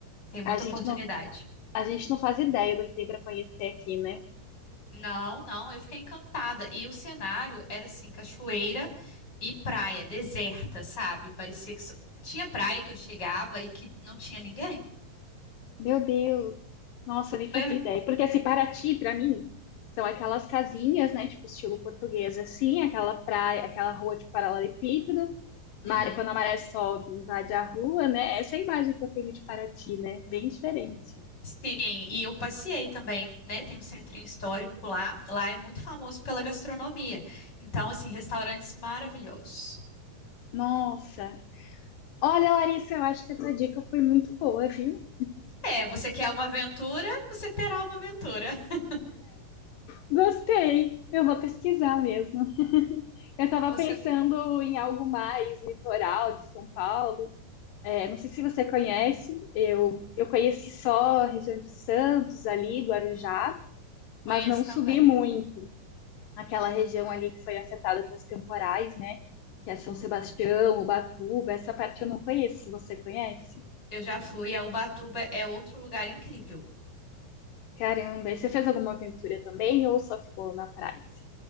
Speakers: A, on the left; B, on the left.
A: Tem muita
B: A gente
A: oportunidade.
B: não, a gente não faz ideia do que tem pra conhecer aqui, né?
A: Não, não, eu fiquei encantada. E o cenário era assim, cachoeira e praia, deserta, sabe? Parecia que só- tinha praia que eu chegava e que não tinha ninguém.
B: Meu Deus. Nossa, eu nem fazia
A: Foi-
B: ideia. Porque assim, Paraty, pra mim, são aquelas casinhas, né, tipo estilo português, assim, aquela praia, aquela rua de paralelepípedo,
A: Uhum.
B: Maré- quando a maré sobe e invade a rua, né? Essa é a imagem que eu tenho de Paraty, né? Bem diferente.
A: Sim, e eu passeei também, né? Tem um centrinho histórico lá. Lá é muito famoso pela gastronomia. Então, assim, restaurantes maravilhosos.
B: Nossa! Olha, Larissa, eu acho que essa dica foi muito boa, viu?
A: É, você quer uma aventura? Você terá uma aventura. <laughs>
B: Gostei! Eu vou pesquisar mesmo. Eu estava
A: Você
B: pensando em algo mais litoral de São Paulo. É, não sei se você conhece, eu, eu conheci só a região de Santos ali, Guarujá,
A: conhece
B: mas não
A: também.
B: subi muito. aquela região ali que foi afetada pelos temporais, né? Que é São
A: Uhum.
B: Sebastião, Ubatuba, essa parte eu não conheço, você conhece?
A: Eu já fui, a Ubatuba é outro lugar incrível.
B: Caramba, e você fez alguma aventura também ou só ficou na praia? assim?